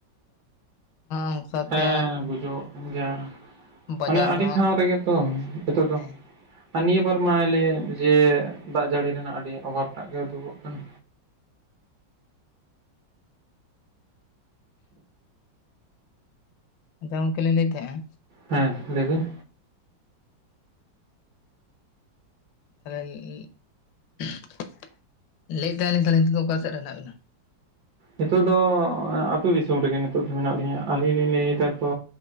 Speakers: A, on the left; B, on the right.
A: ᱚᱝᱥᱟᱛᱮ
B: ᱦᱮᱸ
A: ᱟᱫᱚ
B: ᱵᱩᱡᱷᱟᱹᱚᱜ ᱠᱟᱱ ᱜᱮᱭᱟ
A: ᱵᱟᱡᱟᱨ
B: ᱢᱟᱱᱮ ᱟᱹᱰᱤ
A: ᱫᱚ ᱦᱟᱸᱜ
B: ᱴᱷᱟᱶ ᱨᱮᱜᱮ ᱛᱚ ᱱᱤᱛᱚᱜ ᱫᱚ
A: ᱦᱮᱸ
B: ᱟᱨ ᱱᱤᱭᱟᱹ ᱵᱟᱨ ᱢᱟᱞᱮ ᱡᱮ ᱫᱟᱜ ᱡᱟᱹᱲᱤ ᱨᱮᱱᱟᱜ ᱟᱹᱰᱤ ᱚᱵᱷᱟᱵᱽ ᱴᱟᱜ ᱜᱮ ᱩᱫᱩᱜᱚᱜ ᱠᱟᱱᱟ᱾
A: ᱟᱫᱚ ᱜᱚᱢᱠᱮ ᱞᱤᱧ ᱞᱟᱹᱭᱮᱫ ᱛᱟᱦᱮᱸᱼᱟ
B: ᱦᱮᱸ ᱞᱟᱹᱭᱵᱤᱱ
A: ᱛᱟᱦᱚᱞᱮ <unintelligible> ᱞᱟᱹᱭᱮᱫ ᱛᱟᱦᱮᱞᱤᱧ ᱛᱟᱦᱚᱞᱮ ᱱᱤᱛᱚᱜ ᱫᱚ ᱚᱠᱟ ᱥᱮᱫ ᱨᱮ ᱦᱮᱱᱟᱜ ᱵᱮᱱᱟ?
B: ᱱᱤᱛᱚᱜ ᱫᱚ ᱟᱹᱛᱩᱳ ᱫᱤᱥᱚᱢ ᱨᱮᱜᱮ ᱱᱤᱛᱚᱜ ᱫᱚ ᱢᱮᱱᱟᱜ ᱞᱤᱧᱟᱹ ᱟᱹᱞᱤᱧ ᱞᱤᱧ ᱞᱟᱹᱭ ᱮᱫᱟ ᱛᱚ᱾